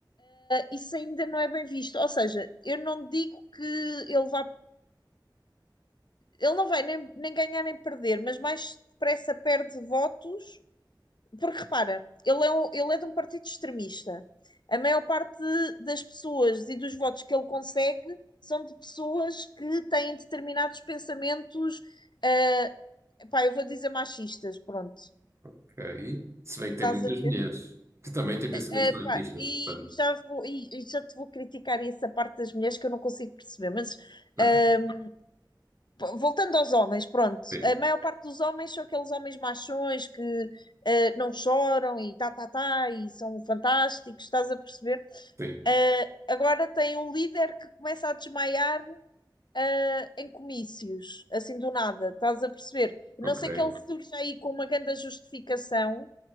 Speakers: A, on the left; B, on the right.
A: isso ainda não é bem visto. Ou seja, eu não digo que ele vá. Ele não vai nem, nem ganhar nem perder, mas mais depressa perde votos, porque repara, ele é, um- ele é de um partido extremista. A maior parte das pessoas e dos votos que ele consegue são de pessoas que têm determinados pensamentos, ah, pá, eu vou dizer machistas, pronto.
B: Ok. Se bem que
A: Estás
B: tem muitas
A: a
B: mulheres
A: ver?
B: que também têm pensamentos
A: Eh,
B: machistas,
A: pá, e
B: portanto.
A: já vou, e, e já te vou criticar essa parte das mulheres que eu não consigo perceber, mas
B: Ok,
A: ah, voltando aos homens, pronto,
B: sim,
A: a maior parte dos homens são aqueles homens machões que eh, não choram e tá, tá, tá, e são fantásticos, estás a perceber?
B: sim,
A: Eh, agora tem um líder que começa a desmaiar eh, em comícios, assim do nada, estás a perceber? A
B: ok.
A: não ser que ele surja aí com uma grande justificação.